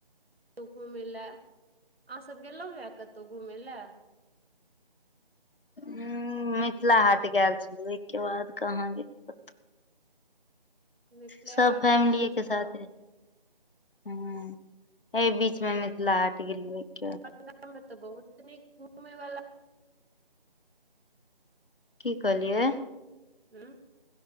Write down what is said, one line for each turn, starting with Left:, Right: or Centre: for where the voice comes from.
Right: क घूमय लए अहाँसभ गेलहुँ य कतहु घूमय ला
Left: मिथिला हाट गेल छल ओहिके बाद कहाँ गेल
Right: मिथिले
Left: सब
Right: हाट
Left: फैमिली
Right: टा गेल
Left: एके
Right: छलहुँ
Left: साथे हु एहि बीच मिथिला हाट गेलि के
Right: <unintelligible> मे तऽ बहुत नि घूमे वाला
Left: की कहलियै
Right: ह